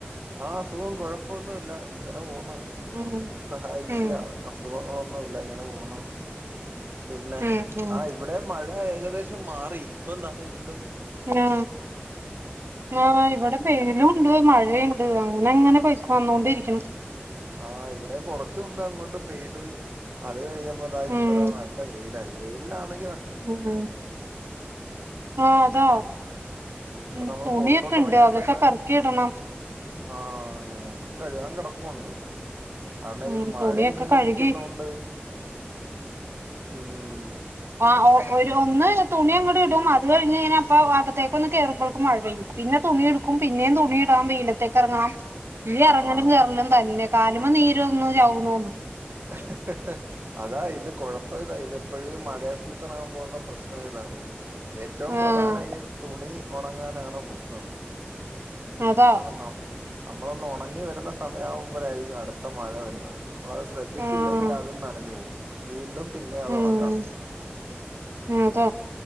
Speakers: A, on the right; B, on the right.
A: ആ സുഖം കൊഴപ്പൊന്നുല്ല ഇങ്ങനെ പോന്ന് ദൈവം
B: ഉം
A: സഹായി ച്ച്
B: ഉം
A: അസുഖങ്ങളൊ ഒന്നൂല്ല ഇങ്ങനെ പോണു പിന്നെ
B: ഉം ഉം
A: ആ ഇവിടെ മഴ ഏകദേശം മാറി ഇപ്പം ദാ <unintelligible>
B: ആ ആ ഇവിടെ വെയിലൂണ്ട് മഴ മഴണ്ട് അങ്ങനെങ്ങനെ <unintelligible> വന്നോണ്ടിരിക്കണ്
A: ആഹ് ഇവിടെയും കൊറച്ചുമുബ്ബേ അങ്ങോട്ട് പെയ്ത് അത് കഴിഞ്ഞ ഇപ്പത ഇപ്പതാ
B: ഉം
A: നല്ല വെയിലായി വെയി ഇല്ലാന്നെ
B: ഉം ആ അതാ
A: ഇപ്പൊ
B: ഉം
A: നമ്മൾ
B: തുണിയൊക്കെണ്ട്
A: പുറത്തോട്ട് ഇറങ്ങിയാൽ
B: അതൊക്കെ
A: തന്നെ
B: പെറുക്കിടണം
A: ആ ഞങ്ങക്കും കഴുകാൻ കിടപ്പുണ്ട് <unintelligible>
B: ഉം
A: ഈ മഴ
B: തുണിയൊക്കെ
A: ഇങ്ങനെ
B: കഴുകി
A: നിൽക്കുന്നോണ്ട് മ്മ്മ്മ്മ്
B: ആ ഒ ഒരു ഒന്ന് തുണി അങ്ങടി ഇടും അത് കഴിഞ്ഞ് ഞാനപ്പോ അപ്പാകത്തേക്ക് ഒന്ന് കേറിയപ്പോഴെക്കും മഴയും പിന്നെ തുണി എടുക്കും പിന്നേം തുണി ഇടാൻ വെയിലത്തേക്ക് ഇറങ്ങണം ഈ
A: ആഹ്
B: ഇറങ്ങലും കേറലും തന്നെ കാലും നീര് വന്ന് ചാവും തോന്നുന്നു
A: ഹ് ഹ് ഹ അതാ ഇത് കൊയപ്പം ഇതാ ഇതെപ്പെയും ഈ മഴ സീസൺ ആവുമ്പോ ള്ള പ്രശ്നം ഇതാ ഏറ്റവും
B: ആഹ്
A: പ്രധാനം ഈ തുണി ഒണങ്ങാനാണ് പ്രശ്നം
B: അതാ
A: നാളെ നോമ്പ് നമ്മളൊന്ന് ഒണങ്ങി വരുന്ന സമയമാകുമ്പോ ആയിരിക്കും അടുത്ത മഴ വരുന്നത് നമ്മളത് ശ്രന്തിച്ചില്ലെങ്കിൽ
B: ആഹ്
A: അതും നനഞ്ഞു പോവും വീണ്ടും പിന്നെ അത്
B: ഉം
A: ഉണക്കാൻ നിക്കണം
B: അതാ